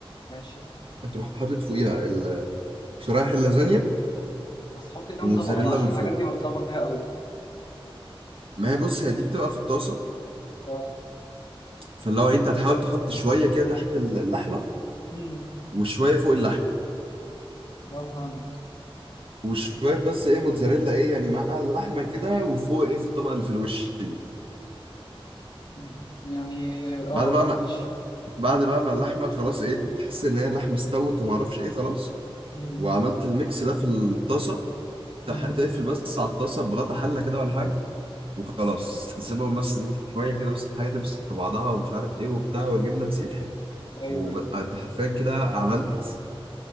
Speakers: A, on the left (about 45°); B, on the right (about 65°).
A: ماشي
B: هتروح حاطط فوقيها ال- شرايح اللازانيا
A: بس حط كام
B: وموتزاريلا
A: طبقة بقى عشان
B: من
A: الحاجات
B: فوق
A: دي بتلخبط بيها قوي
B: ما هي بص هي دي بتبقى في الطاسه
A: اه
B: فاللي هو انت هتحاول تحط شويه كده تحت اللحمه
A: امم
B: وشويه فوق اللحمه
A: اه فاهمك
B: وشويه بس ايه موتزاريلا ايه يعني مع اللحمه كده وفوق ايه في الطبقه اللي في الوش دي
A: مم. يعني اه
B: بعد بقى ما
A: ماشي
B: بعد بقى ما اللحمه خلاص ايه تحس ان هي اللحمه استوت وما اعرفش ايه خلاص
A: امم
B: وعملت الميكس ده في الطاسه تح-
A: امم
B: تقفل بس على الطاسه بغطا حله كده ولا حاجه وخلاص تسيبهم مثلا ايه شويه كده بس الحاجه تمسك في بعضها ومش عارف ايه وبتاع والجبنه تسيح
A: ايوه
B: وانت
A: ايوه
B: حرفيا كده عملت